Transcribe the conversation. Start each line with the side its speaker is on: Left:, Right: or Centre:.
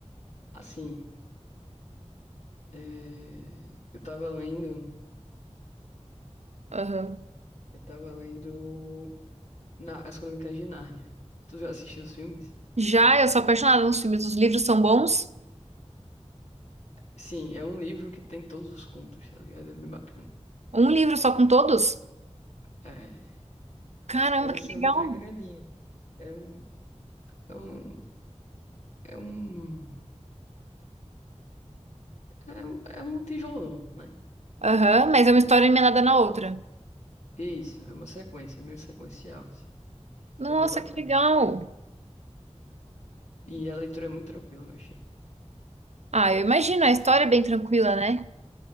Left: assim, é, eu tava lendo,
Right: Aham.
Left: eu tava lendo na- As Crônicas de Nárnia. Tu já assistiu os filmes?
Right: Já eu sou apaixonada nos filmes. Os livros são bons?
Left: Sim, é um livro que tem todos os contos, tá ligado? É bem bacana.
Right: Um livro só com todos?
Left: É,
Right: Caramba,
Left: mas assim,
Right: que legal.
Left: o livro é grandinho. É um, é um, é um, é um, é um tijolão, né?
Right: Aham, mas é uma história emendada na outra.
Left: Isso, é uma sequência, meio sequencial, assim.
Right: Nossa,
Left: É bem bacana.
Right: que legal.
Left: E a leitura é muito tranquila, eu achei.
Right: Ah, eu imagino, a história é bem tranquila, né?